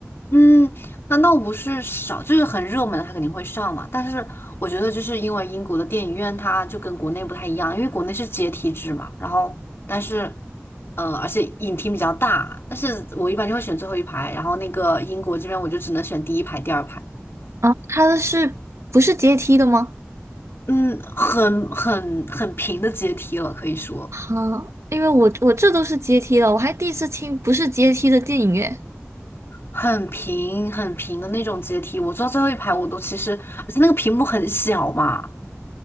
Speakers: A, on the left; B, on the right.
A: 嗯，难道不是少？就是很热门的，它肯定会上嘛。但是我觉得，就是因为英国的电影院它就跟国内不太一样，因为国内是阶梯制嘛。然后，但是，呃，而且影厅比较大，但是我一般就会选最后一排。然后那个英国这边，我就只能选第一排、第二排。
B: 啊，它的是不是阶梯的吗？
A: 嗯，很很很平的阶梯了，可以说
B: 啊，因为我我这都是阶梯了，我还第一次听不是阶梯的电影院。
A: 很平很平的那种阶梯。我坐最后一排，我都其实，而且那个屏幕很小嘛，